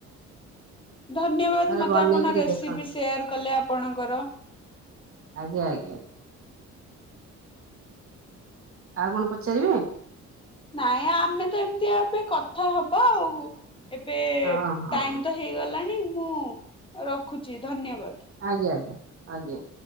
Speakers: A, on the left; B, on the right.
A: ଧନ୍ୟବାଦ୍,
B: ଥରେ
A: ମତେ
B: ବନେଇକିରି
A: ଆପଣ ରେସିପି
B: ଦେଖନ୍ତୁ
A: ସେୟାର୍ କଲେ ଆପଣଙ୍କର।
B: ଆଜ୍ଞା-ଆଜ୍ଞା। ଆଉ କଣ ପଚାରିବେ?
A: ନାଇଁ ଆମେ ତ ଏମିତି ଏବେ କଥା ହବା ଆଉ ଏବେ
B: ହଁ ହଁ
A: ଟାଇମ୍ ତ ହେଇ ଗଲାଣି ମୁଁ ରଖୁଛି ଧନ୍ୟବାଦ୍।
B: ଆଜ୍ଞା ଆଜ୍ଞା।